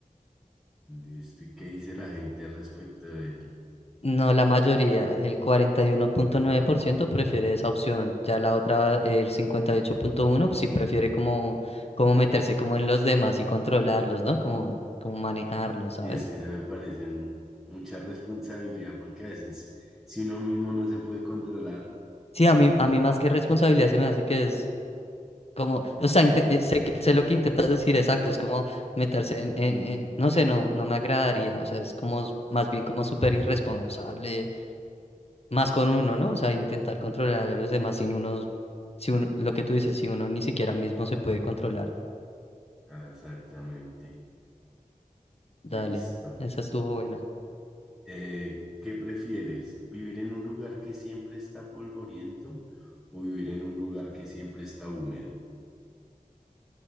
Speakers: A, in the centre; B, on the left.
A: Listo, ¿y qué dice la gente al respecto de él?
B: No, la mayoría, el cuarenta y uno punto nueve por ciento prefiere esa opción. Ya la otra, el cincuenta y ocho punto uno sí prefiere como, como meterse como en los demás y controlarlos, ¿no? Como, como manejarlos, ¿sabes?
A: Y es que se me parecen mucha responsabilidad porque a veces si uno mismo no se puede controlar.
B: Sí, a mí, a mí más que responsabilidad se me hace que es Como, o sea, inte- eh, sé, que- sé lo que intentas decir, exacto, es como meterse en, en, en- no sé, no, no me agradaría, o sea, es como, s- más bien como súper irresponsable, más con uno, ¿no? O sea, intentar controlar a los demás sin unos, si uno, lo que tú dices, si uno ni siquiera mismo se puede controlar.
A: Ah, Exactamente.
B: Dale,
A: Listo.
B: esa estuvo buena.
A: Eh, ¿qué prefieres? ¿Vivir en un lugar que siempre está polvoriento o vivir en un lugar que siempre está húmedo?